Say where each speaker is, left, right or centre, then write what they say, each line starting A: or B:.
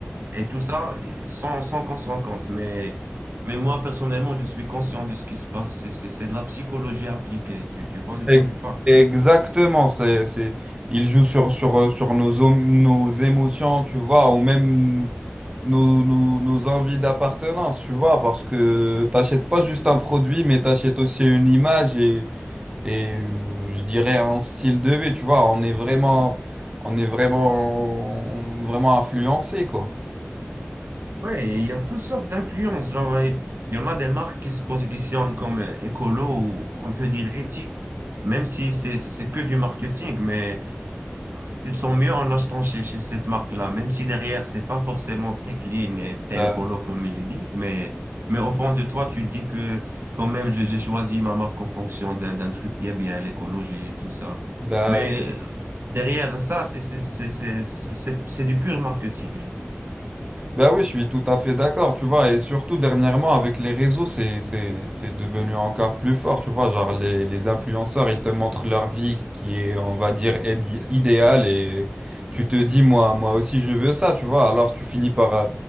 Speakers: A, on the right; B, on the right.
A: et tout ça sans, sans qu'on s'en rende compte. Mais, mais moi, personnellement, je suis conscient de ce qui se passe. C'est, c'est, c'est de la psychologie appliquée. Tu, tu vois de
B: Ex-
A: quoi je parle?
B: Exactement, c'est, c'est, il joue sur, sur, sur nos, om- nos émotions, tu vois, ou même nos, nos, nos envies d'appartenance, tu vois, parce que t'achètes pas juste un produit, mais t'achètes aussi une image et et euh, je dirais un style de vie, tu vois, on est vraiment on est vraiment vraiment influencé quoi.
A: Ouais, et il y a toutes sortes d'influences. Genre, il il y en a des marques qui se positionnent comme euh, écolo ou on peut dire éthique, même si c'est c'est- c'est que du marketing, mais tu te sens mieux en achetant chez, chez cette marque-là, même si derrière, c'est pas forcément très clean et très
B: Bah,
A: écolo comme ils disent, mais, mais au fond de toi, tu te dis que quand même, j'ai j'ai choisi ma marque en fonction d'un d'un truc qui est bien, l'écologie et tout ça.
B: bah,
A: Mais euh, derrière ça, c'est c'est- c'est- c'est- c'est- c'est- c'est du pur marketing, je pense.
B: bah oui, je suis tout à fait d'accord, tu vois, et surtout dernièrement avec les réseaux, c'est c'est c'est devenu encore plus fort, tu vois, genre les, les influenceurs, ils te montrent leur vie qui est, on va dire, idi- idéale et tu te dis moi moi aussi je veux ça, tu vois, alors tu finis par euh,